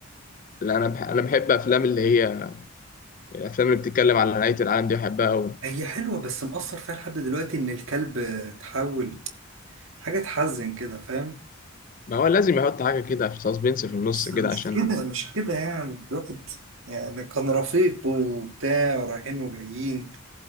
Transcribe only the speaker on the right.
هي حلوة بس مأثر فيها لحد دلوقتي ان الكلب اتحول حاجة تحزن كده فاهم
مش
كده مش كده يعني الواحد يعني كان رفيق وبتاع ورايحين وجايين